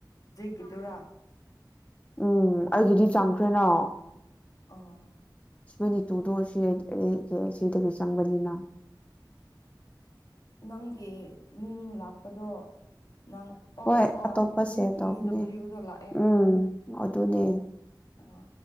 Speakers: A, on the left; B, on the left.
A: ꯀꯤꯇꯨꯔꯥ
B: ꯎꯝ ꯑꯩꯒꯤꯗꯤ ꯆꯪꯈ꯭ꯔꯦꯅꯣ
A: ꯑꯣ
B: ꯁꯤꯃꯅꯤ ꯇꯨꯗꯣ ꯁꯤ <unintelligible> ꯆꯪꯕꯅꯤꯅ
A: ꯅꯪ ꯒꯤ ꯃꯤꯡ ꯂꯥꯛꯄꯗꯣ ꯅꯪ ꯑꯣ
B: ꯍꯣꯏ
A: ꯑꯣ ꯑꯣ
B: ꯑꯇꯣꯞꯄ
A: ꯗꯤ
B: ꯁꯦꯞ ꯇꯧꯕꯅꯦ
A: ꯏ ꯗꯕ꯭ꯂꯤꯎꯗꯣ ꯂꯥꯛꯑꯦ
B: ꯎꯝ ꯑꯗꯨꯅꯦ
A: ꯑꯣ